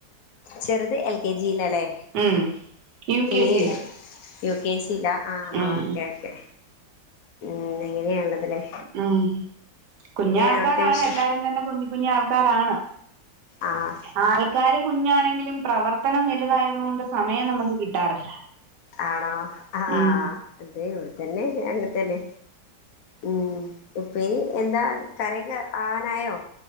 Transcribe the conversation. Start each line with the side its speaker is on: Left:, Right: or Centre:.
Left: ചെറുത് എൽ കെ ജി ലല്ലേ?
Right: ഉം യു
Left: ഇവയെ
Right: കെ ജിയില്
Left: യു കെ ജി ലാ. ആഹ്
Right: ഉം
Left: ഓക്കെ ഓക്കെ. ഉം ഇതിങ്ങനെയായൊള്ളതല്ലേ.
Right: ഉം കുഞ്ഞാൾക്കാരാണ്
Left: അവിടുത്തെ വിഷ
Right: എല്ലാരും തന്നെ. കുഞ്ഞക്കുഞ്ഞാൾക്കാരാണ്.
Left: ആഹ്
Right: ആയിപ്പോ ആക്കാര് കുഞ്ഞാണെങ്കിലും പ്രവർത്തനം വെലുതായത് കൊണ്ട് സമയം നമ്മെക്ക് കിട്ടാറില്ല.
Left: ആണോ. ആഹ്
Right: ഉം
Left: ആഹ് അതെ ഇവടെത്തന്നെ അങ്ങത്തന്നെ. ഉം ഉപ്പേരി എന്താ കറിക്കെ ആവാനായോ?